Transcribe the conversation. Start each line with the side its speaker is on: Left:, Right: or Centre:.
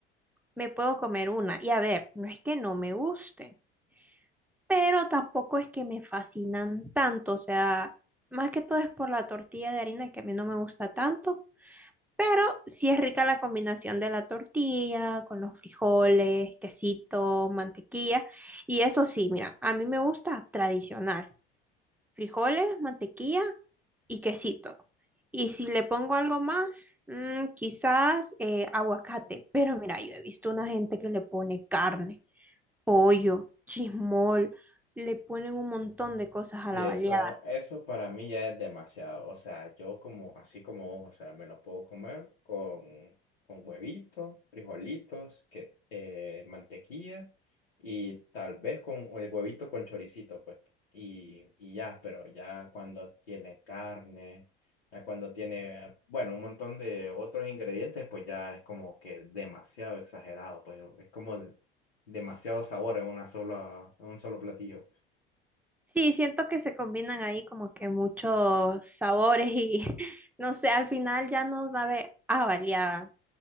Centre: me puedo comer una y a ver, no es que no me gusten, pero tampoco es que me fascinan tanto, o sea, más que todo es por la tortilla de harina que a mí no me gusta tanto, pero sí es rica la combinación de la tortilla con los frijoles, quesito, mantequilla y eso sí, mira, a mí me gusta tradicional frijoles, mantequilla y quesito. Y si le pongo algo más, mm, quizás eh, aguacate. Pero mira, yo he visto una gente que le pone carne, pollo, chismol, le ponen un montón de cosas
Left: Sí,
Centre: a la
Left: eso,
Centre: baleada.
Left: eso para mí ya es demasiado. O sea, yo como, así como vos, o sea, me lo puedo comer con, con huevitos, frijolitos, que, eh, mantequilla y tal vez con el huevito con choricito, pues. Y, y ya, pero ya cuando tiene carne, ya cuando tiene, bueno, un montón de otros ingredientes, pues ya es como que demasiado exagerado, pues es como demasiado sabor en una sola, en un solo platillo.
Centre: Sí, siento que se combinan ahí como que muchos sabores y <laughs> no sé, al final ya no sabe a baleada.